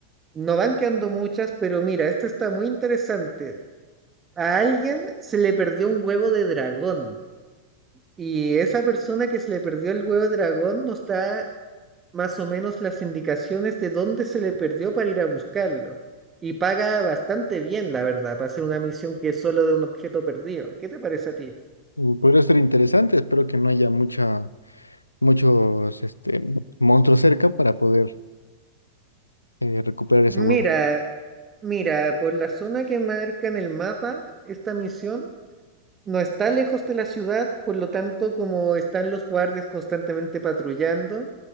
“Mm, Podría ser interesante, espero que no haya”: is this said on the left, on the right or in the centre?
Left